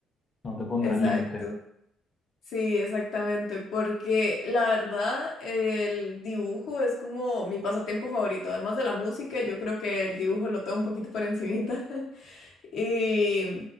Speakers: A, on the left; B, on the left.
A: No te pondrás
B: exacto.
A: límite.
B: Sí, exactamente, porque la verdad el dibujo es como mi pasatiempo favorito, además de la música, yo creo que el dibujo lo tengo un poquito por encimita. Y